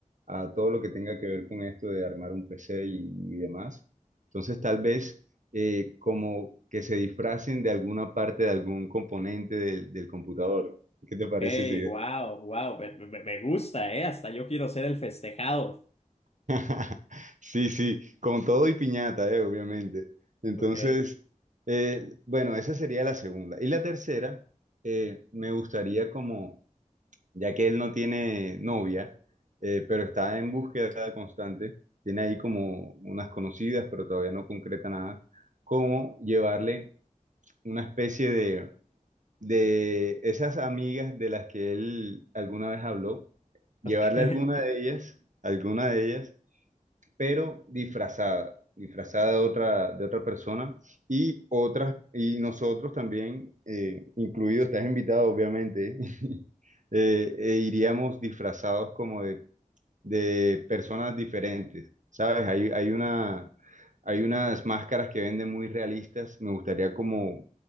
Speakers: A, on the right; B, on the left.
A: a todo lo que tenga que ver con esto de armar un PC y, y demás. Entonces tal vez eh, como que se disfracen de alguna parte, de algún componente del del computador. ¿Qué te
B: ok,
A: parece esa idea?
B: wow, wow, me, me- me gusta, ¿eh? Hasta yo quiero ser el festejado.
A: <laughs> Sí, sí, con todo y piñata, eh, obviamente. Entonces,
B: Ok, <laughs>
A: eh, bueno, esa sería la segunda. Y la tercera, eh, me gustaría como ya que él no tiene novia, eh, pero está en búsqueda constante, tiene ahí como unas conocidas, pero todavía no concreta nada, cómo llevarle una especie de, de esas amigas de las que él alguna vez habló, llevarle
B: ok,
A: alguna de ellas, alguna de ellas pero disfrazada, disfrazada de otra, de otra persona y otras, y nosotros también, eh, incluido, estás invitado obviamente, <laughs> eh, eh, iríamos disfrazados como de de personas diferentes, ¿sabes? Hay, hay una, hay unas máscaras que venden muy realistas. Me gustaría como,